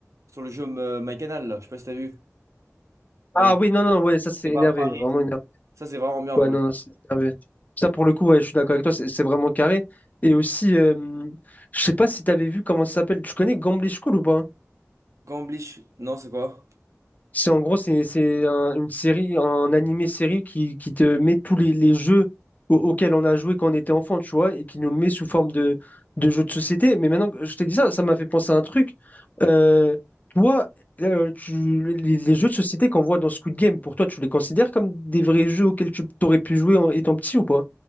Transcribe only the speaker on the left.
Ah oui, non, non, ouais, ça c'est
énervé,
vraiment
énervé.
Ouais,
non,
non, c'est carré. Ça, pour le coup, ouais, je suis d'accord avec toi, c'est c'est vraiment carré. Et aussi, euh, je sais pas si t'avais vu comment ça s'appelle. Tu connais Gambling School ou pas?
C'est en gros, c'est c'est un- une série, un animé-série qui, qui te met tous les, les jeux au- auxquels on a joué quand on était enfant, tu vois, et qui nous le met sous forme de, de jeux de société. Mais maintenant que je t'ai dit ça, ça m'a fait penser à un truc. Euh, toi, euh, tu, les, les jeux de société qu'on voit dans Squid Game, pour toi, tu les considères comme des vrais jeux auxquels tu t'aurais pu jouer en étant petit ou pas?